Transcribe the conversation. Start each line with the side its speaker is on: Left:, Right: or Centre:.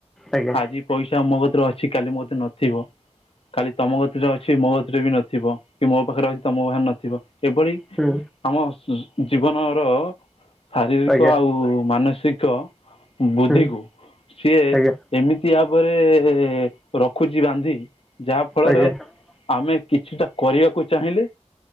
Centre: ଆଜ୍ଞା
Left: ଆଜି ପଇସା ମୋ କତିରେ ଅଛି କାଲି ମୋ କତିରେ ନଥିବ। କାଲି ତମ କତିରେ ରେ ଅଛି ମୋ କତିରେ ବି ନଥିବ କି ମୋ ପାଖରେ ଅ ତମ ପାଖରେ ନଥିବ ଏଭଳି ତମ
Centre: ହୁଁ
Left: ଶ ଜୀବନର ଶାରୀରିକ
Centre: ଆଜ୍ଞା
Left: ଆଉ ମାନସିକ ବୁଦ୍ଧିକୁୁ
Centre: ହୁଁ
Left: ସିଏ
Centre: ଆଜ୍ଞା
Left: ଏମିତି ଆବରେ ରଖୁଛି ବାନ୍ଧି ଯାହା ଫଳରେ
Centre: ଆଜ୍ଞା
Left: ଆମେ କିଛିଟା କରିବାକୁ ଚାହିଁଲେ।